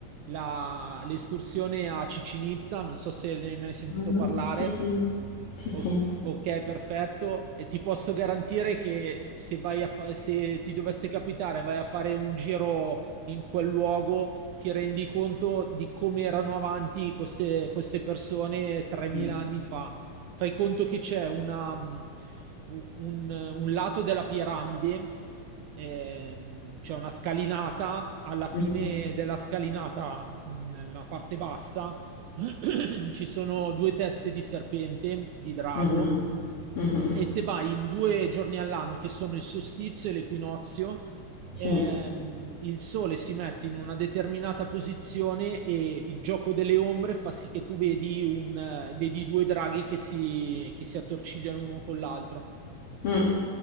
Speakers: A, on the right (about 80°); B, on the left (about 50°).
A: la- l'escursione a Cicinizza, non so se ne hai mai sentito
B: Mhm.
A: parlare.
B: Sì, sì, sì, sì.
A: O- ok, perfetto. E ti posso garantire che se vai a fa- se ti dovesse capitare, vai a fare un giro in quel luogo, ti rendi conto di come erano avanti queste, queste persone 3000
B: Mm.
A: anni fa. Fai conto che c'è una, un un lato della piramide ehm, c'è una scalinata, alla fine
B: Mhm.
A: della scalinata, nella parte bassa, <clears throat> <coughs> ci sono due teste di serpente, di drago,
B: Mhm. Mhm.
A: e se vai in due giorni all'anno, che sono il solstizio e l'equinozio,
B: Sì.
A: ehm, il sole si mette in una determinata posizione e il gioco delle ombre fa sì che tu vedi, un, eh, vedi due draghi che si, che si attorcigliano uno con l'altro.
B: Mm.